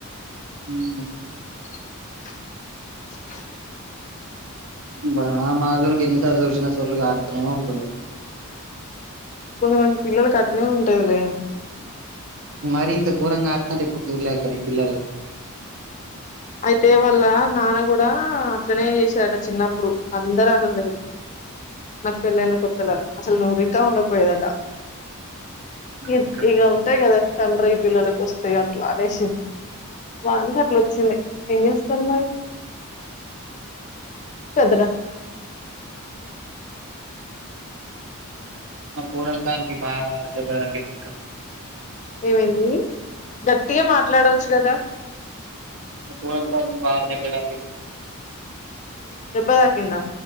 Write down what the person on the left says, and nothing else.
<unintelligible>
కొంతమంది పిల్లలుకు అట్నే ఉంటదిలే
అయితే వాళ్ళ నాన కూడా అట్లనే చేసేదట చిన్నప్పుడు అందరు ఆనండీ నాకు పెళ్ళైన కొత్తలా అసలు నువ్వు రికాం ఉండ పోయేదట
ఇ
ఇగ అంటాయి కదా తండ్రి పిల్లలకి వస్తాయి అట్లా అనేసి వానికి అట్లా వచ్చింది ఎంగేస్తారు మరి కద్ర
ఏమేంది గట్టిగా మాట్లాడవచ్చు కదా
దెబ్బ తాకిందా